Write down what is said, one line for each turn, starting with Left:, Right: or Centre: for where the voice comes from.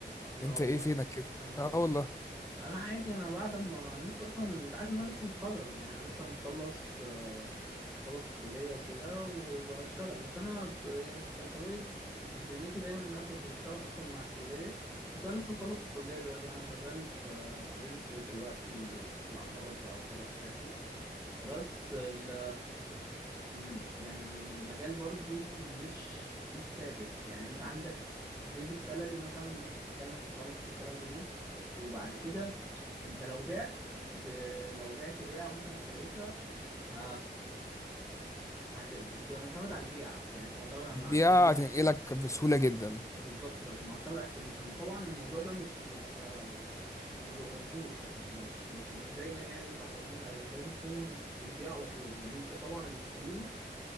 Centre: لا
Left: انت
Centre: والله
Left: ايه فينك كده
Centre: الله
Left: اه والله
Centre: انا عادي انا بعد ما انا لسه اصلا انت عارف ان انا لسه متخرج يعني انا لسه مخلص آه، مخلص الكليه وكده وبشتغل بس انا يعني كان طبيعي كانت دنيتي دايما ان انا كنت بشتغل اصلا مع الكليه بس انا لسه مخلص الكليه دلوقتي انا شغال في في الريل استيت دلوقتي في العقارات بقى وكده والحاجات دي بس ال الم- يعني المجال برضو مش مش ثابت يعني انت عندك بيزك سالري مثلا ممكن تتكلم في خمس ست آلاف جنيه وبعد كده انت لو بعت ب... لو بعت بيعة مثلا كويسة ه... هت... بتبقى معتمد على البيعة يعني انت معتمد على
Left: دي
Centre: على الكم
Left: هتنقلك بسهوله جدا
Centre: بالظبط معتمد على الكوميشن وطبعا الموضوع ده مش بيبقى مش بيبقى مظبوط يعني مش مش مش دايما يعني ينفع تعتمد عليه لازم تكون بتبيع على طول لان انت طبعا الفلوس